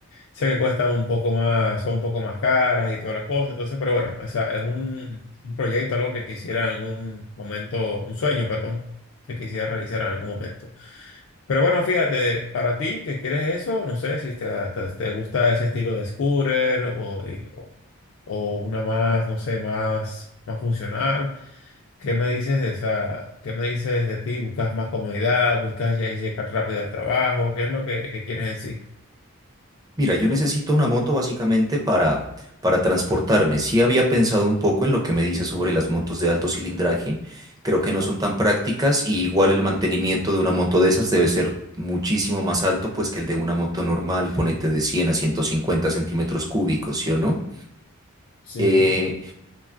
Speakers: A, on the left; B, on the right.
A: sé que cuestan un poco más, son un poco más caras y toda la cosa, entonces, pero bueno, o sea, es un, un proyecto, algo que quisiera en algún momento, un sueño, perdón, que quisiera realizar en algún momento. Pero bueno, fíjate, para ti que quieres eso, no sé si te, te, te gusta ese estilo de scooter o, y- o, o una más, no sé, más, más funcional. ¿Qué me dices de esa, qué me dices de ti? ¿Buscas más comodidad? ¿Buscas lle- llegar rápido al trabajo? ¿Qué es lo que, que quieres en sí?
B: Mira, yo necesito una moto básicamente para, para transportarme. Sí había pensado un poco en lo que me dice sobre las motos de alto cilindraje. Creo que no son tan prácticas y igual el mantenimiento de una moto de esas debe ser muchísimo más alto pues que el de una moto normal, ponete de 100 a 150 centímetros cúbicos, ¿sí o no?
A: Sí,
B: Eh,